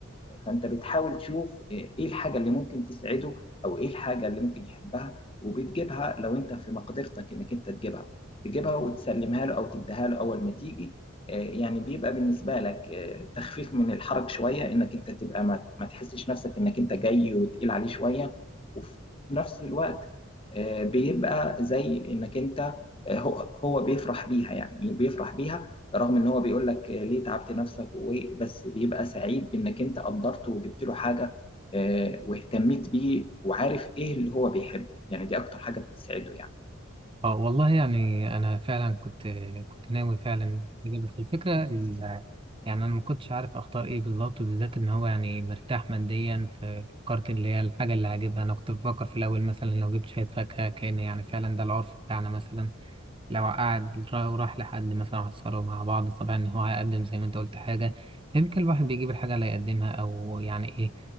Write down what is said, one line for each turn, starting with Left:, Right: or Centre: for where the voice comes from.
Left: فانت بتحاول تشوف ايه الحاجه اللي ممكن تسعده او ايه الحاجه اللي ممكن يحبها وبتجيبها لو انت في مقدرتك انك انت تجيبها تجيبها وتسلمها له او تديها له اول ما تيجي آه، يعني بيبقى بالنسبه لك آه، تخفيف من الحرج شويه انك انت تبقى ما ما تحسش نفسك انك انت جاي وتقيل عليه شويه وفي نفس الوقت آه، بيبقى زي انك انت آه، هو هو بيفرح بيها يعني بيفرح بيها رغم ان هو بيقول لك آه، ليه تعبت نفسك و- بس بيبقى سعيد بانك انت قدرته وجبت له حاجه آه، واهتميت بيه وعارف ايه اللي هو بيحبه يعني دي اكتر حاجه بتسعده يعني
Right: اه والله يعني انا فعلا كنت كنت ناوي فعلا أجي، بس الفكره ال- يعني انا ما كنتش عارف اختار ايه بالظبط بالذات ان هو يعني مرتاح ماديا ففكرت اللي هي الحاجه اللي هجيبها انا كنت بفكر في الاول مثلا لو جبت شويه فاكهه كان يعني فعلا ده العرف بتاعنا مثلا لو قعد را- وراح لحد مثلا عصروا مع بعض طبعا ان هو هيقدم زي ما انت قلت حاجه فيمكن الواحد بيجيب الحاجه اللي هيقدمها او يعني ايه